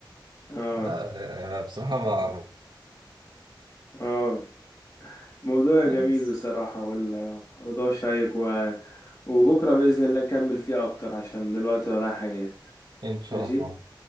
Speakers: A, on the left; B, on the right.
A: اه
B: لا بصراحة ما
A: اه موضوع
B: بس
A: جميل بصراحة والموضوع شيق و... وبكرة بإذن الله نكمل فيه أكتر عشان دلوقتي ورايا حاجات
B: ان شاء
A: ماشي
B: الله